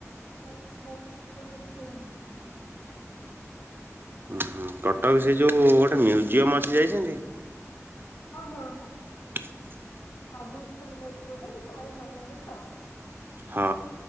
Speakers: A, on the left; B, on the right.
A: ପଇଁଚ ପଇଁତିରିଶି, ପଇଁଚାଳିଶ ଖଣ୍ଡେ ହବ।
B: ହୁଁ କଟକ ସେ ଯେଉଁ ଗୋଟେ ମ୍ୟୁଜିୟମ୍ ଅଛି ଯାଇଛନ୍ତି?
A: ହଁ ହଁ ହଁ।
B: <unintelligible>
A: ଲଭୁଲସ୍ ପଏଣ୍ଟ ଅଛି ଗୋଟେ ତାରି ସାମ୍ନାରେ ତ?
B: ହଁ।